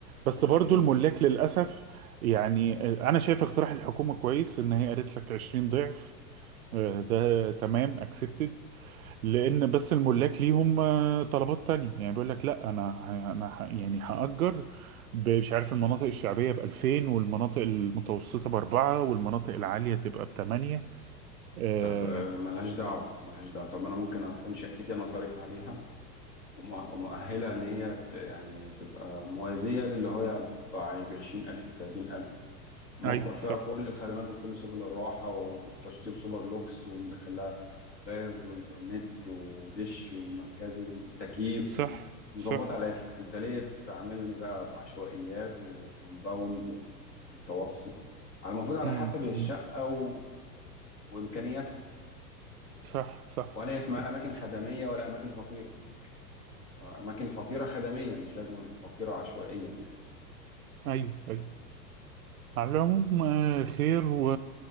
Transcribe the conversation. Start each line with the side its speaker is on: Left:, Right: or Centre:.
Right: بس
Left: اكيد
Right: برضو الملاك للأسف يعني آه، انا شايف اقتراح الحكومة كويس ان هي قالت لك 20 ضعف آه، ده تمام accepted لان بس الملاك ليهم آه، طلبات تانية يعني بيقول لك لا انا ه- انا ه- يعني هأجر ب- مش عارف المناطق الشعبية ب 2000 والمناطق المتوسطة بأربعة والمناطق العالية تبقى بثمانية آه
Left: طب آه، ملهاش دعوة ملهاش دعوة طب انا ممكن اكون شقتي انا صارف عليها ومؤ- ومؤهلة إن هي ت- يعني تبقى موازية للي هو بعشرين ألف بتلاتين ألف موفر
Right: أيوة
Left: فيها
Right: صح
Left: كل الخدمات وكل سبل الراحة وتشطيب سوبر لوكس ومدخلها غاز وإنترنت ودش ومركزي وتكييف
Right: صح
Left: مظبط
Right: صح
Left: على الآخر أنت ليه تعاملني بقى بعشوائيات وكومباوند ومتوسط على المفروض على
Right: امم
Left: حسب الشقة و... وإمكانياتها
Right: صح صح
Left: ولا هي في
Right: صح
Left: أماكن خدمية ولا أماكن فقيرة أماكن فقيرة خدميا مش لازم فقيرة عشوائيا يعني
Right: أيوة أيوة على العموم آه، خير و...